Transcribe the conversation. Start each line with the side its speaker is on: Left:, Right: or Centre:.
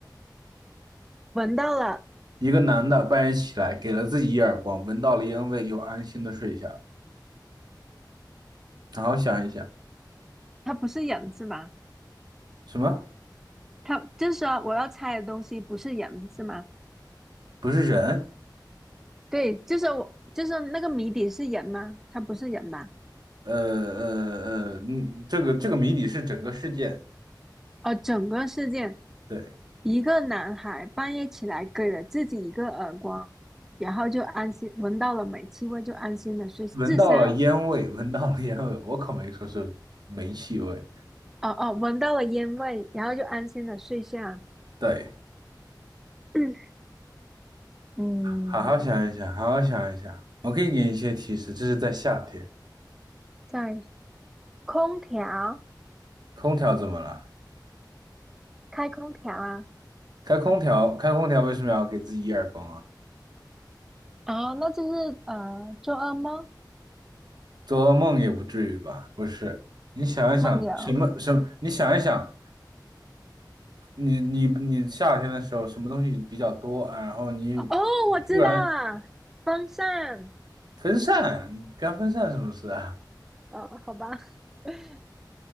Centre: 闻到了，
Right: 一个男的半夜起来，给了自己一耳光，闻到了烟味，又安心的睡下了。好好想一想，
Centre: 它不是人是吗？
Right: 什么？
Centre: 它就是说我要猜的东西不是人是吗？
Right: 不是人？
Centre: 对，就是我，就是那个谜底是人吗？它不是人吧？
Right: 呃呃呃，嗯，这个这个谜底是整个事件，
Centre: 哦，整个事件。
Right: 对，
Centre: 一个男孩半夜起来给了自己一个耳光，然后就安心闻到了煤气味，就安心的睡。自杀？
Right: 闻到了烟味，闻到了烟味，我可没说是煤气味，
Centre: 哦哦，闻到了烟味，然后就安心的睡下。
Right: 对，
Centre: <clears throat> 嗯，
Right: 好好想一想，好好想一想，我可以给你一些提示，这是在夏天，
Centre: 在空调，
Right: 空调怎么了？
Centre: 开空调啊
Right: 开空调，开空调为什么要给自己一耳光啊？
Centre: 哦，那就是呃做噩梦
Right: 做噩梦也不至于吧？不是，你想一想，
Centre: 梦游。
Right: 什么什么？你想一想，你你你夏天的时候什么东西比较多啊？然后你
Centre: 哦，
Right: 你突然
Centre: 我知道了，风扇。
Right: 分散，你干分散什么事啊？
Centre: 哦，好吧，<laughs>